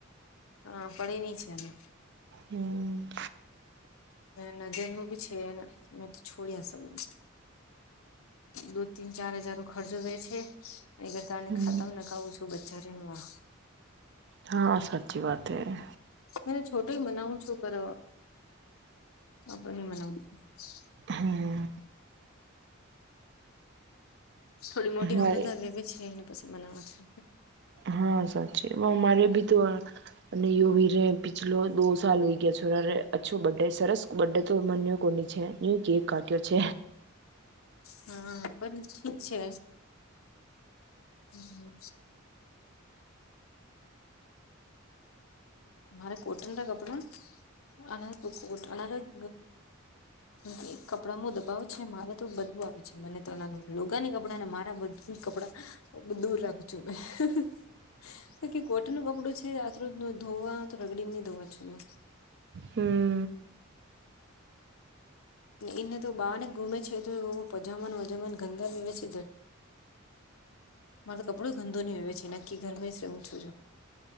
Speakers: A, on the left (about 85°); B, on the right (about 55°).
A: હા પડીે ની છે એને
B: હમ
A: ના નજરનું બી છે મે તો છોડી ના શકું દો તીન ચાર હજાર ખર્ચો ગે છે એ બધાને
B: હમ
A: ખાતામ ન ખાવું છું બજારનું
B: હા સાચી વાત હૈ
A: મને છોટુંય મનાવું છું પર આપ મનાવું છું <unintelligible>
B: હમ
A: થોડી મોટી
B: મારે
A: હમદાર લેવી છે એને પ બનાવવા છે
B: હા સાચી અરે ભી તો અને યોવી રે પિછલો દો સાલ હોય ગયા છોરા રે અછો બે સરસ બર્ડે તોને ન્યૂ કોની છે ન્યુ કેક કાટ્યો છે
A: હા પણ ઠીક છે હમ હમ મારે કોટન ના કપડા અલગ અલરગ મ એક કપડામાં દબાવ છે મારે તો બધું આવે છે મને ત્ર લોગાની કપડા ને મારા બધ કપડા દૂર રાખું છુંકી કોટન નું કપડું છે રાજ ધોવા તો રગડીને નહી ધવા જો
B: હમ
A: એને તો બહને ગુમે છે તો એ પજામાન વજામાન ગંદા વવે છે મારો કપડો ગંદો નહી હો છે નકી ઘરમે જ રું છું